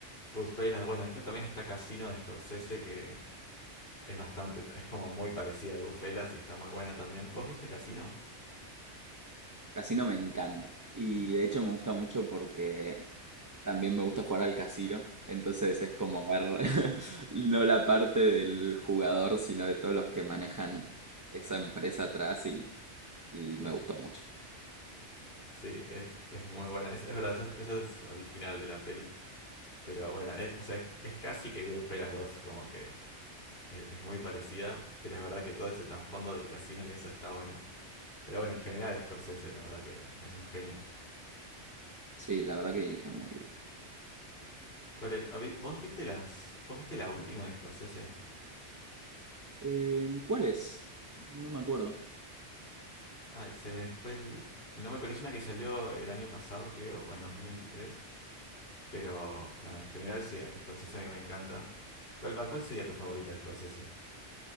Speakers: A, on the left (about 60°); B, on the right (about 20°).
A: Goodfellas. Bueno, después también está Casino de Scorsese, que es bastante, es como muy parecida a Goodfellas y está muy buena también. ¿Vos viste Casino?
B: Casino me encanta. Y
A: Mm,
B: de hecho me gusta mucho porque También me gusta jugar al casino, entonces es como ver <laughs> no la parte del jugador, sino de todos los que manejan esa empresa atrás y, y
A: claro.
B: me gustó mucho.
A: Sí, es, es muy buena. Es, es verdad, eso, es- eso es original de la peli. Pero bueno, es, o sea, es, es casi que Goodfellas dos como que es, es muy parecida, pero es verdad que todo ese trasfondo del casino y eso está bueno. Pero bueno, en general Scorsese, la verdad que es un genio.
B: Sí, la verdad que dirige muy bien.
A: ¿Cuál es? ¿Vos viste las. ¿Vos viste la última de Scorsese?
B: Eh, ¿cuál es? No me acuerdo.
A: Ah, se me fue el, el nombre, pero es una que salió el año pasado, creo, o en dos mil veintitrés Pero nada, en general sí, Scorsese a mí me encanta. ¿Cuál, cuál sería tu favorita de Scorsese?